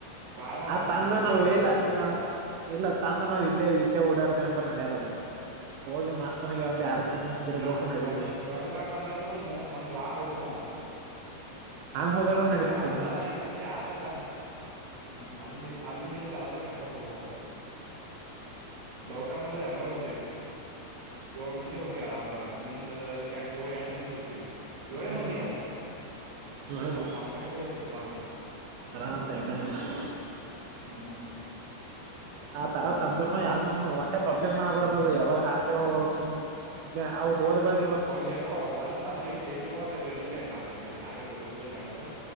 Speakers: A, on the right; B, on the right.
A: ಭಾಳ ಒಂದು
B: ಆ
A: ಹದಿನೈದ
B: ತಂದ
A: ಹದಿನೈದ
B: ನಾವು
A: ನಾಲ್ಕ ಕೊಡ್ತೈತಿ
B: ಇಲ್ಲ
A: ಮೈಲೇಜ್
B: ನಾ ಇಲ್ಲ ತಂದ ನಾವು ಇಲ್ಲೇ ಇಟ್ಟೆ ಓಡಾಡ್ತೇವೆ ಅಂದ್ರ ನಡೆಯಲ್ಲ ಅದು ಹೋಗಿ ಮಾಸ್ತರಾಗಿ ಒಂದ್
A: ಹ
B: ಎರಡ್ ದಿನ ಹಿಂಗಿರರ್ಬೇಕು
A: ನಾ
B: ನಡೀತುದು.
A: ದೊಡ್ಡ <unintelligible> ತಂದೆ ಅಂದ್ರು ಮೂ ಒಂದ ವಾರ ಹೋಗಬೇಕ ಅವ.
B: ಹಂಗ್ ಹೋದಾರ
A: ಅದಕ್ಕ
B: ನಡೀತದ
A: ಅಲ್ಲಿ
B: ಹ
A: ತರಾ ಇಲ್ಲಿಂತೆ ಯಾರದ ತ. ಹ್ಮ್ ಅಲ್ಲಿಂದ ಇಲ್ಲಿ ಅಲ್ಲಿಂದ ಇಲ್ಲಿ ತರದ ಖರ್ಚ ತೊಡೋವಕ. ದೋಖಾ ಆತ ಅಂದ್ರ ಎಲ್ಲರೂ ಹೋಯ್ತೇವಿ. ಯೋಳು ಮಂದಿ ಹೋಯ್ತೇವಿ ಆರಾಮ ಅದರಾಗ ಮುಂದ ಎ ಯೋಳ ಎಂಟ ಮಂದಿ ಹೋಯ್ತೇವಿ ಯೋಳೇ
B: ಹ್ಮ
A: ಮಂದಿ ನಾವು.
B: ಇವಳದ್ದೆ
A: ಮತ್ ಕಂಫರ್ಟೆಬಲ್ ಹೋಯ್ತ ಪುರಾ ನಾವ್.
B: ಆರಾಮ್ ಟೆನ್ಷನ್ ಇಲ್ದಂಗ
A: ಹ್ಮ್
B: ಆ ತರ ತಂದ್ರುನು ಯಾವನಿಗ್ನು ಒಟ್ಟೆ ಪಬ್ಲಿಕ್ ಮಾಡ್ಬಾರ್ದ ಅದು ಯಾವಾಗ ಹಾರ್ತಿ ಅವಾಗ ಸುಮ್ ಜಾ ಆವ್ ಹೋದ್ಬೇಳಕ.
A: ಹೌಲ್ಲೇಪ ಅವ ತಂದ ತಂದ ಇಟ್ಟ ಇಟ್ಟಬಡದ ಇಡಲೇ ನಮ ಯಾರು ಇಡಗುಡುದಿಲ್ ಎಳೆದ.